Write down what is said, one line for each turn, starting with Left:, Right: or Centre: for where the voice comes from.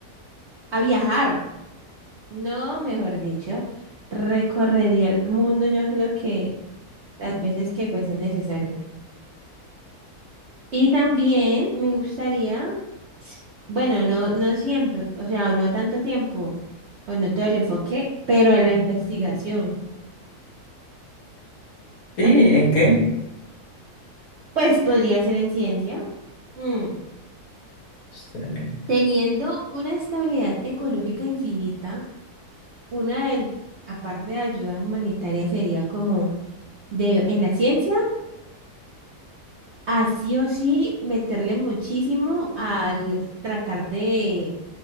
Right: a viajar. No, mejor dicho, recorrería el mundo, yo creo que las veces que fuese necesario. Y también me gustaría, bueno, no, no siempre, o sea, no tanto tiempo, o no todo el enfoque, pero en la investigación.
Left: Sí, ¿en qué?
Right: Pues podría ser en ciencia, mm,
Left: Excelente.
Right: teniendo una estabilidad económica infinita. Una del, aparte de ayuda humanitaria, sería como de, en la ciencia, así o sí meterle muchísimo al tratar de